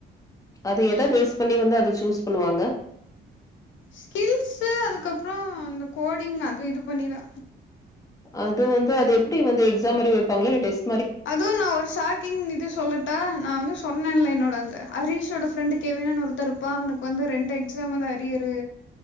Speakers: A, on the left; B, on the left.
A: அது எத
B: ம்
A: பேஸ் பண்ணி வந்து அத சூஸ் பண்ணுவாங்க
B: ஸ்கில்ஸு அதுக்கப்றோ இந்த கோடிங் அது இது பண்ணிதா
A: அது வந்து அது எப்டி வந்து எக்ஸா மரி வெப்பாங்ளா இல்ல டெஸ்
B: அதுவு நா ஒரு சாய் கிங் இது சொல்லாட்டா நா வந்து சொன்னேல்லா என்னோட அந்த ஹரிஷோட ஃப்ரெண்ட்டு கெவினுன் ஒருத்தர் பா அவனுக் வந்து ரெண்டு எக்ஸாமத அரியரு